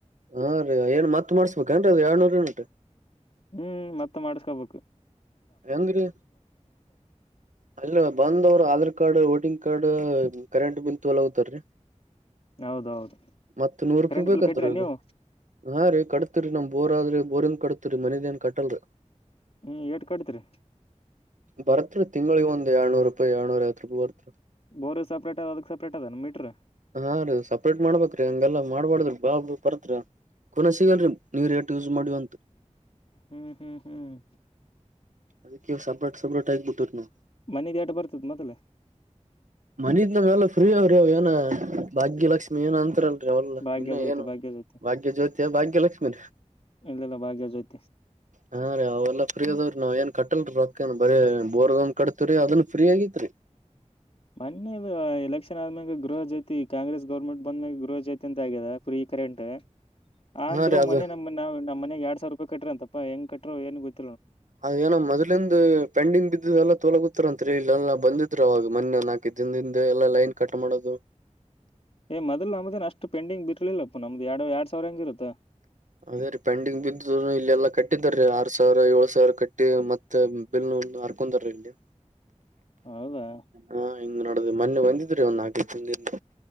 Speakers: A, on the right; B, on the left.
A: ಹಾ ರೀ ಏನ್ ಮತ್ ಮಾಡಸ್ಬೇಕ ಏನ್ ಅದು ಎರನೂರಂಟ
B: ಹ್ಮ್ ಮತ್ತೆ ಮಾಡಸ್ಕೊಬೇಕು
A: ಹೆಂಗ್ರೀ ಅಲ್ಲ ಬಂದವರು ಆಧಾರ್ ಕಾರ್ಡ್ ಗ್ ಕಾರ್ಡ್ ಕರೆಂಟ್ ಬಿಲ್ ತಲ ಹತಾರೀ
B: ಹೌದೌದು
A: ಮತ್ತ ನೂರು ರೂಪಾಯಿ
B: ಕರೆಂಟ್
A: ಬೇಕತ್ಹಾ
B: ಬಿಲ್ ಕಟ್ಟಿರ ನೀವು
A: ರೀ ಕಡತೀರಿ ನಮ ಬೋರ್ ಆದ್ರಿ ಬೋರಿಂಗ್ ಕಡತ್ರಿ ಮನದನ್ ಕಟಲ್ರಿ
B: ಹ್ಮ್ ಏಟ್ ಕಟ್ತ್ರಿ
A: ಬರತ್ರಿ ತಿಂಗಳಿ ಒಂದಂದು ಎಳ್ನೂರು ರೂಪಾಯಿ ಎಳ್ನೂರ ಐವತ್ತು ರೂಪಾಯಿ ಬರ್ತ್ರಿ
B: ಬೋರ್ ಸಪ್ರೇಟ್ ಅದ ಅದಕ್ ಸಪ್ರೇಟ್ ಅದ ಮೀಟ್ರ್
A: ಹಾ ರೀ ಸಪ್ರೇಟ್ ಮಾಡ್ಬೇಕ್ರೀ ಹಂಗೆಲ್ಲ ಮಾಡಬಾರ್ದ್ರ ಬಾ ಪರತ್ರಿ ಕೊನ ಸಿಗಲ್ರಿ ನೀವ್ರಟ್ ಯೂಸ್ ಮಾಡಿವ ಅಂತ
B: ಹ್ಮ್ ಹ್ಮ್ ಹ್ಮ್
A: ಅದಕ್ಕೆ ಸಬ್ರಾಟ್ ಸಬ್ರಾಟ್ ಆಗಗ್ಬಿಟ್ಟು್ ನವು
B: ಮನಿದ ಏಟ್ ಬರ್ತದ ಮೊದಲ
A: ಮನ ರತ್ ನ ವಾಲಫ್ರೀ ಅವ ಏನ ಭಾಗ್ಯಲಕ್ಷ್ಮಿ ಏನ ಅಂತರಲ್ ಅವಲ್ಲ
B: ಭಾಗ್ಯ
A: ನಿನ್ನ
B: ಜ್ಯೋತಿ
A: ಏನು
B: ಭಾಗ್ಯ ಜ್ಯೋತಿ
A: ಭಾಗ್ಯ ಜ್ಯೋತಿ ಭಾಗ್ಯಲಕ್ಷ್ಮೀ ರ
B: ಇಲ್ಲೆಲ್ಲ ಭಾಗ್ಯ ಜೊತಿ
A: ಹಾ ರೀ ಅವೆಲ್ಲ ಫ್ರೀ ಅದಾವ್ರೀ ನಾವ್ ಏನ್ ಕಟ್ಟಲ್ರಿ ರೊಕ್ಕನ್ ಬರಿ ಬೋರ್ಗಮ್ ಕಟ್ತರಿ ಅದನ್ ಫ್ರೀ ಆಗೇತ್ರಿ
B: ಹ ಮೊೆ ಇದು ಎಲೆಕ್ಷನ್ ಆದ್ಮ್ಯಾಗ ಗೃಹ ಜಾತಿ ಕಾಂಗ್ರೆಸ್ ಗೌರ್ಮೆಟ್ ಬಂದ್ಮ್ಯಾಗ ಗೃಹ ಜಾತಿ ಅಂತ ಆಗಿದೆು ಈ ಕರೆಂಟ್ ಅಂದ್
A: ಹಾ ರೀ ಅದ
B: ಮನೆ ನಮ್ ನಾವ್ ನಮ್ಮ ಮನೆಗ್ ಎರಡ್ ಸಾವಿರ ರೂಪಾಯಿ ಕಟ್ಟ್ರ ಅಂತಪ್ಪಾ ಹೆಂಗ್ ಕಟ್ಟ್ರರು ಏನ್ ಗೊತ್ತ
A: ಅದ ಏನ ಮೊದ್ಲಿ್ ಪೆಂಡಿಂಗ್ ಬಿದ್ದು ಎಲ್ಲಾ ತೋಲಗ ಇಂತ ಇಲ್ಲ ಎಲ್ಲಾ ಬಂದಿದ್ರ ಅವಾಗ ಮನನ್ ಹಾಕಿದ್ದ ದಿನಿಂದ ಎಲ್ಲಾ ಲೈನ್ ಕಟ್ ಮಾಡೋದು
B: ಏ ಮೊದಲ್ ನಮ್ದೇನ್ ಅಷ್ಟು ಪೆಂಡಿಂಗ್ ಬಿರ್ಲಿಲ್ಲಪ್ಪ ನಮ್ದ ಎಡು ಎರಡ್ ಸಾವಿರ ಹಂಗಿರುತ್ತಾ
A: ಅದೇ ರೀ ಪೆಂಡಿಂಗ್ ಬಿದ್ದ ಇಲ್ಲ ಎಲ್ಲಾ ಕಟ್ಟಿದಾರೀ ಆರ್ ಸಾವಿರ ಏಳ ಸಾವಿರ ಕಟ್ಟಿ ಮತ್ತ ಬಿಲ್ ಅರ್ಕೊೊಂಡರ ಇಲ್ಲಿ
B: ಹೌದಾ
A: ಹಾ ಹಿಂಗ್ ನೋಡುದು ಮೊನ್ನೆ ಬಂದಿದ್ರಿ ಒಂದು ನಾಕೈ ತಿಿಂದ